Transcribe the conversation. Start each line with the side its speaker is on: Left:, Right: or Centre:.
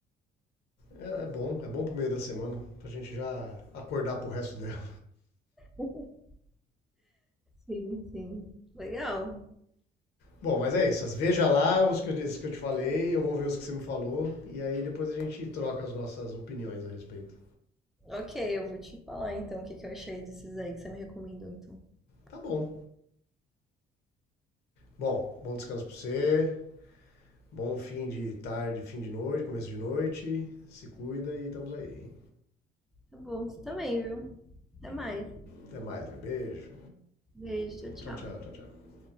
Left: É, é bom, é bom pro meio da semana, pra gente já acordar pro resto dela.
Centre: <laughs> Sim, sim. Legal.
Left: Bom, mas é isso. Veja lá os que, eu- esses que eu te falei, eu vou ver os que você me falou, e aí depois a gente troca as nossas opiniões a respeito.
Centre: Ok, eu vou te falar então o que que eu achei desses aí que você me recomendou, então.
Left: Tá bom. Bom, bom descanso pra você, bom fim de tarde, fim de noite, começo de noite. Se cuida e estamos aí, hein?
Centre: Tá bom, você também, viu? Até mais.
Left: Até mais, né? Beijo.
Centre: Beijo, tchau,
Left: Tchau, tchau,
Centre: tchau.
Left: tchau, tchau.